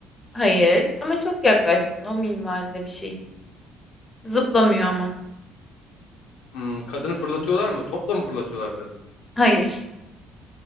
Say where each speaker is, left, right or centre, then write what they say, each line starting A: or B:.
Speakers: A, on the left; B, on the left.
A: Hayır. Ama çok yaklaştın. O minvalde bir şey. Zıplamıyor ama.
B: Hmm, kadını fırlatıyorlar mı? Topla mı fırlatıyorlar kadını?
A: Hayır.